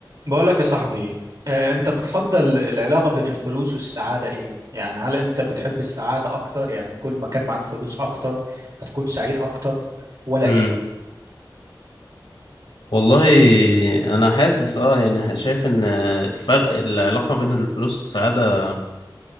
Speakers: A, on the right; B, on the left.
A: بقول لك يا صاحبي آه، انت بتفضل العلاقة بين الفلوس والسعادة ايه يعني هل انت بتحب السعادة اكتر يعني كل ما كان معاك فلوس اكتر هتكون سعيد اكتر ولا
B: امم
A: ايه
B: والله انا حاسس اه يعني شايف ان الفرق العلاقة بين الفلوس والسعادة